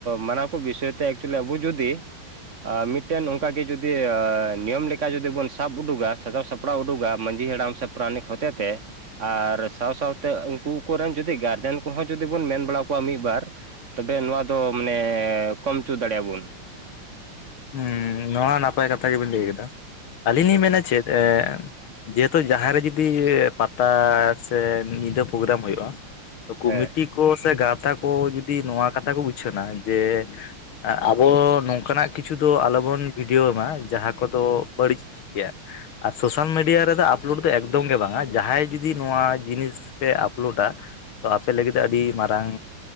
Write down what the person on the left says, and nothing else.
ᱦᱩᱸ, ᱱᱚᱣᱟ ᱱᱟᱯᱟᱭ ᱠᱟᱛᱷᱟ ᱜᱮᱵᱤᱱ ᱞᱟᱹᱭ ᱠᱮᱫᱟ ᱟᱹᱞᱤᱧ ᱞᱤᱧ ᱢᱮᱱᱟ ᱪᱮᱫ? ᱮ, ᱡᱮᱦᱮᱛᱩ ᱡᱟᱦᱟᱸ ᱨᱮ ᱡᱩᱫᱤ ᱯᱟᱛᱟ ᱥᱮ ᱧᱤᱫᱟᱹ ᱯᱳᱜᱜᱨᱟᱢ ᱦᱳᱭᱳᱜᱼᱟ᱾ ᱠᱚᱢᱤᱴᱤ
ᱠᱚ ᱥᱮ ᱜᱟᱶᱛᱟ ᱠᱚ ᱡᱩᱫᱤ ᱱᱚᱣᱟ ᱠᱟᱛᱷᱟ ᱠᱚ ᱩᱪᱷᱟᱹᱱᱟ ᱡᱮ ᱟᱵᱚ ᱱᱚᱝᱠᱟ ᱱᱟᱜ ᱠᱤᱪᱷᱩ ᱫᱚ ᱟᱞᱚ ᱵᱚᱱ ᱵᱷᱤᱰᱤᱭᱳ ᱢᱟ ᱡᱟᱦᱟᱸ ᱠᱚᱫᱚ ᱵᱟᱹᱲᱤᱡ ᱜᱮᱭᱟ᱾ ᱟᱨ ᱥᱳᱥᱟᱞ ᱢᱤᱰᱤᱭᱟ ᱨᱮᱫᱚ ᱟᱯᱞᱳᱰ ᱫᱚ ᱮᱠᱫᱚᱢ ᱜᱮ ᱵᱟᱝᱼᱟ ᱡᱟᱦᱟᱸᱭ ᱡᱩᱫᱤ ᱱᱚᱣᱟ ᱡᱤᱱᱤᱥ ᱯᱮ ᱟᱯᱞᱳᱰᱟ ᱛᱚ ᱟᱯᱮ ᱞᱟᱹᱜᱤᱫ ᱟᱹᱰᱤ ᱢᱟᱨᱟᱝ